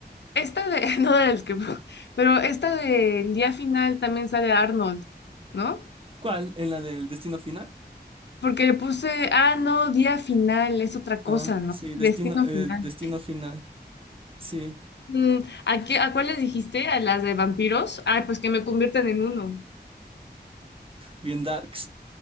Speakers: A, on the left (about 85°); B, on the right (about 30°).
A: esta de... <laughs> No del que... no, Pero esta del día final también sale Arnold, ¿no?
B: ¿Cuál? ¿En la del Destino Final?
A: Porque le puse, ah, no, día final, es otra cosa,
B: Ah,
A: ¿no?
B: sí, Destino,
A: Destino
B: eh,
A: final.
B: Destino Final. Sí,
A: Mm, ¿a qué, a cuáles dijiste? ¿A las de vampiros? Ay, pues que me conviertan en uno.
B: bien darks.